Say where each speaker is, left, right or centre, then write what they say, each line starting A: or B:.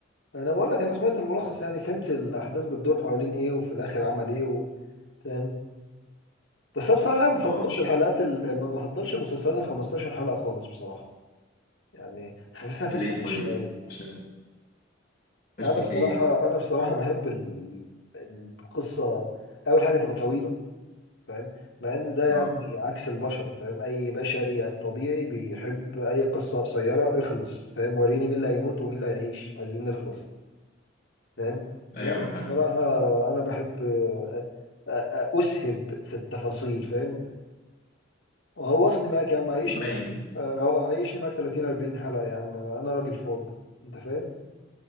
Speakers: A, on the left; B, on the left.
A: انا بقول لك انا سمعت الملخص يعني فهمت الاحداث بتدور حوالين ايه وفي الاخر عمل ايه و... فاهم بس انا بصراحة ما بفضلش
B: اه
A: الحلقات ال... ما بفضلش المسلسلات ال 15 حلقة خالص بصراحة يعني حاسسها فكرة
B: ليه
A: فاشلة
B: طيب
A: قوي.
B: عشان فاشلة
A: انا بصراحه
B: في ايه
A: انا بصراحه بحب ال- القصه اول حاجه تبقى طويله فاهم مع ان ده
B: اه
A: يعني عكس البشر فاهم اي بشري طبيعي بيحب اي قصه قصيره اخلص فاهم وريني مين اللي هيموت ومين اللي هيعيش عايزين نخلص فاهم
B: ايوه
A: لا
B: فاهمك
A: بصراحه انا بحب أ- أ- اسهب في التفاصيل فاهم وغوصني معاك يا عم عيشني
B: باين
A: معاك آه، غو- عيشني معاك 30 40 حلقه يا عم انا أنا راجل فاضي انت فاهم